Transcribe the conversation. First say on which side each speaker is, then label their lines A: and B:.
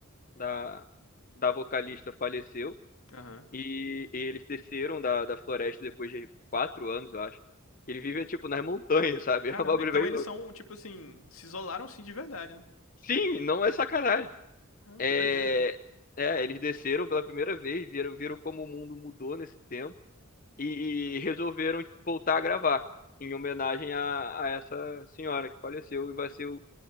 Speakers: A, on the left (about 40°); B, on the left (about 75°).
A: da, da vocalista faleceu
B: Aham.
A: e, e eles desceram da, da floresta depois de quatro anos, eu acho. Eles vivem, tipo, nas montanhas, sabe?
B: Caramba,
A: <laughs> É um bagulho
B: então
A: bem
B: eles
A: louco.
B: são, tipo assim, se isolaram assim de verdade, né?
A: Sim, não é sacanagem.
B: Caramba,
A: É,
B: que doideira.
A: é, eles desceram pela primeira vez, viram, viram como o mundo mudou nesse tempo e, e resolveram voltar a gravar em homenagem a, a essa senhora que faleceu e vai ser o,